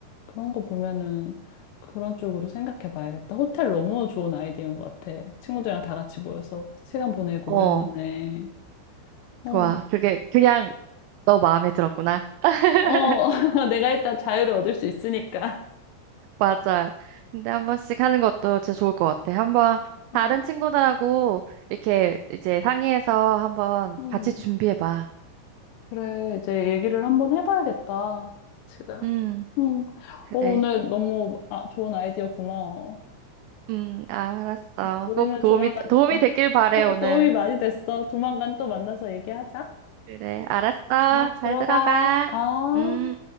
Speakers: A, on the left (about 80°); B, on the right (about 90°).
A: 그런 거 보면은 그런 쪽으로 생각해 봐야겠다. 호텔 너무 좋은 아이디어인 것 같아. 친구들이랑 다 같이 모여서 시간 보내고
B: 어,
A: 오랜만에. 어,
B: 좋아. 그게 그냥 너 마음에 들었구나. <laughs>
A: 어, <laughs> 내가 일단 자유를 얻을 수 있으니까.
B: 맞아. 근데 한 번씩 하는 것도 진짜 좋을 것 같아. 한 번
A: 어,
B: 다른 친구들하고 이렇게 이제 상의해서 한번
A: 음.
B: 같이 준비해봐.
A: 그래, 이제 얘기를 한번 해봐야겠다. 제가.
B: 음,
A: 음.
B: 그래.
A: 어, 오늘 너무 아, 좋은 아이디어 고마워.
B: 음, 알았어.
A: 우리는
B: 꼭 도움이,
A: 조만간,
B: 도움이
A: 어,
B: 됐길 바래,
A: 어,
B: 오늘.
A: 도움이 많이 됐어. 조만간 또 만나서 얘기하자.
B: 그래, 알았어.
A: 응,
B: 잘
A: 들어가.
B: 들어가.
A: 어.
B: 음.